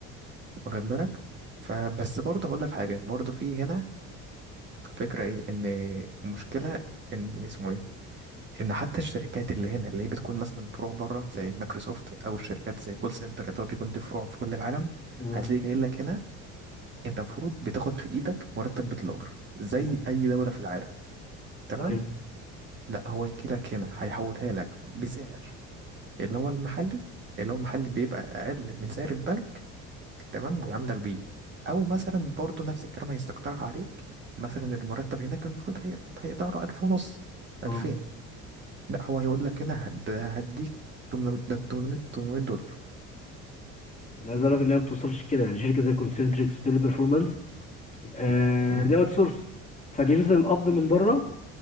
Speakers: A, on the right; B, on the left.
A: واخد بالك فبس برضه هقول لك حاجه برضه في هنا فكرة ايه ان المشكلة ان اسمه ايه ان حتى الشركات اللي هنا اللي هي بتكون مثلا فروع بره زي مايكروسوفت او الشركات زي كول سنتر اللي هو بيكون دي فروع في كل العالم
B: آه.
A: هتلاقي جاي لك هنا انت المفروض بتاخد في ايدك مرتب بدولار زي
B: أنا-
A: اي دولة في العالم تمام
B: ايوه
A: لا هو يجي لك هنا هيحولها لك بسعر اللي هو المحلي اللي هو المحلي بيبقى اقل من سعر البنك تمام ويعاملك بيه او مثلا برضو نفس الكلام هيستقطرها عليك مثلا المرتب هناك المفروض هي... هيقدر ألف ونص
B: اه
A: ألفين لا هو هيقول لك هنا هد... هديك 800 ده 800 800 دولار
B: انا عايز اقول لك ان هي ما بتوصلش كده يعني شركه زي كونسنتريكس وتيلي بيرفورمانس آه
A: مم.
B: دي اوت سورس فبينزل القبض من بره